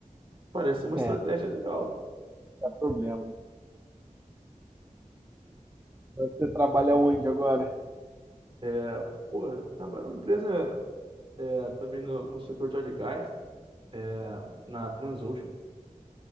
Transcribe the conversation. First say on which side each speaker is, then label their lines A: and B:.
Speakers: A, on the right; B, on the right.
A: Parece uma estratégia
B: é,
A: legal.
B: problema. Você trabalha onde agora?
A: É, pô, eu trabalho numa empresa é, também no, no setor de óleo e gás, é, na Transocean.